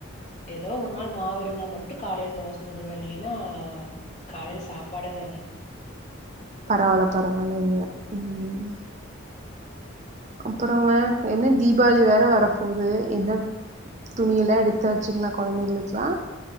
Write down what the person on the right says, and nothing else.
பரவால்ல பரவாலைங்க ம் அப்புறங்க என்ன தீபாவளி வேற வரப்போவுது என்ன துணியெல்லாம் எடுத்தாச்சிங்ளா கொழந்தைங்களுக்குலா